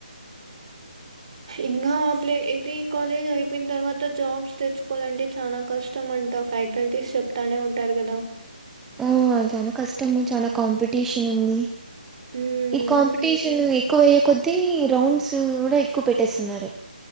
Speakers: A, on the right; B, in the centre.
A: ఇంకా ప్లే ఇది ఈ కాలేజ్ అయిపోయిన తర్వాత జాబ్స్ తెచ్చుకోవాలంటే చాలా కష్టం అంటా ఫ్యాకల్టీస్ చెప్తానే ఉంటారు కదా.
B: ఆహ్ చాలా కష్టము చాల కాంపిటీషన్ ఉంది.
A: హ్మ్
B: ఈ కాంపిటీషన్ ఎక్కువయ్యే కొద్ది. త్రీ రౌండ్స్ కూడా ఎక్కువ పెట్టేస్తున్నారు.